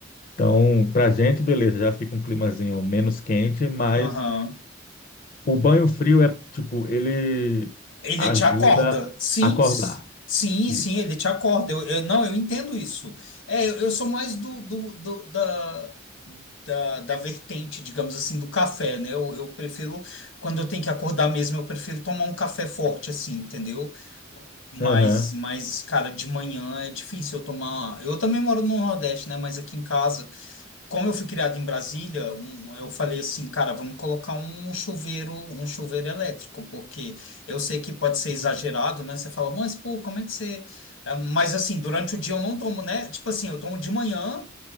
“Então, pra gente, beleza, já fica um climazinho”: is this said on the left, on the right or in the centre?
Left